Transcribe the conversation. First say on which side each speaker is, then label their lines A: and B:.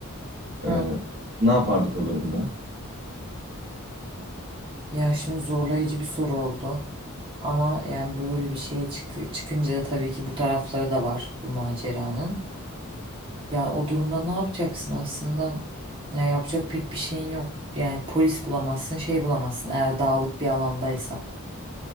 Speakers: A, on the right; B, on the right.
A: Hı.
B: E, ne yapardık o durumda?
A: Ya şimdi zorlayıcı bir soru oldu. Ama yani böyle bir şeye çıktı, çıkınca da tabii ki bu tarafları da var bu maceranın. Yani o durumda ne yapacaksın aslında? Ya yapacak pek bir şeyin yok. Yani polis bulamazsın, şey bulamazsın eğer dağlık bir alandaysak.